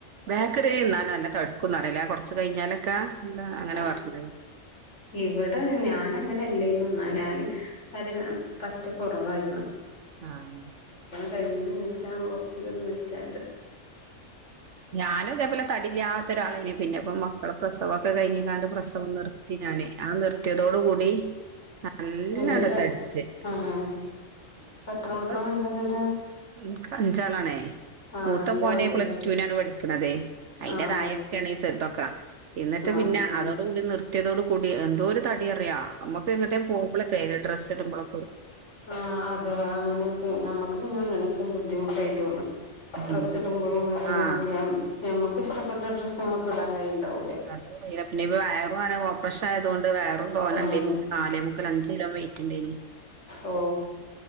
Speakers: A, on the right (about 70°); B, on the left (about 65°).
A: ബേക്കറി തിന്നാല് നല്ല തട്ക്കും എന്നറീല്ലേ കൊറച്ച് കഴിഞ്ഞാലൊക്കെ ഇല്ല, അങ്ങനെ
B: ആ,
A: പറഞ്ഞത്
B: ഇവിടെ ഞാന അങ്ങനെല്ലേന്നൂ ന്നാ ഞാന്, തടി പറ്റേ കൊറവായിരുന്നു.
A: ആഹ്
B: കഴിഞ്ഞേന് ഏഷാണ് കൊറച്ച്ക്കെ ഒന്ന് മെച്ചായത്
A: ഞാനും ഇതേപോലെ തടില്ലാത്ത ഒരാളേനി പിന്നെ ഇപ്പ മക്കളെ പ്രസവൊക്കെ <unintelligible> പ്രസവം നിർത്തി ഞാന്, ആ നിർത്തിയതോട് കൂടി നല്ലാണ്ട്
B: എങ്ങത്തെ
A: തടിച്ച്
B: ആഹ്, പ്പൊ എത്ര മക്കള്
A: ഇപ്പ
B: ണ്ട് ന്നിട്ട്
A: ഇൻക്ക് അഞ്ചാളാണേയ്
B: ആഹ്
A: മൂത്ത
B: അഞ്ചാളുണ്ടല്ലേ
A: മോനെ പ്ലസ് ടു നാണ് പഠിക്ക്ണത്, അയ്ന്റെറ
B: ആഹ്
A: തായേക്കിണ്യാണ് ഈ ചെറതൊക്ക. എന്നിട്ട്
B: ആഹ്
A: പിന്നെ
B: ആഹ്
A: അതോടുകൂടി നിർത്തിയതോട് കൂടി എന്തോ ഒരു തടിയാ അറിയാ നമുക്ക് എങ്ങോട്ടെ പോമ്പൊളൊക്കെ ഡ്രസ് ഇടുമ്പൊള
B: ആ അതെ, അങ്ങനെയൊക്കെ നമ്മുക്ക് പിന്നെ അങ്ങനെക്കെ ബുദ്ധിമുട്ടായി തോന്നും ഡ്രസ്സ്
A: ഉം
B: ഇടുമ്പോ കാര്യങ്ങളൊക്കെയാണ്
A: ആഹ്
B: ഞമ്മക്ക് ഇഷ്ടപ്പെട്ട ഡ്രസ്സ് നമ്മുക്ക് ഇടാൻ കഴുണ്ടാവൂല
A: <unintelligible> പിന്നെ ഇപ്പ വയറുആണ് ഓപ്രഷ ആയതുകൊണ്ട് വെയറും തോനെണ്ടേനെ,
B: ആഹ്
A: നാലേ മുക്കാൽ അഞ്ച് കിലോ വെയിറ്റുണ്ടേന്.
B: ഓ